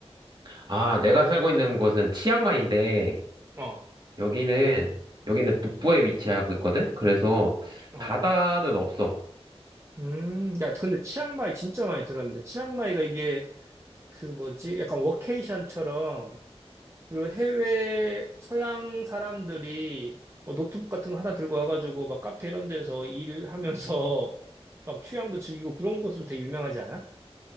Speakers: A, on the right (about 45°); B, on the right (about 25°).
A: 아, 내가 살고 있는 곳은 치앙마이인데,
B: 어.
A: 여기는, 여기는 북부에 위치하고 있거든? 그래서
B: 어.
A: 바다는 없어.
B: 음. 야, 근데 치앙마이 진짜 많이 들었는데 치앙마이가 이게 그 뭐지? 약간 워케이션처럼 그 해외 서양 사람들이 뭐 노트북 같은 거 하나 들고 와가지고 막 카페 이런 데서 일하면서 <laughs> 막 휴양도 즐기고 그런 곳으로 되게 유명하지 않아?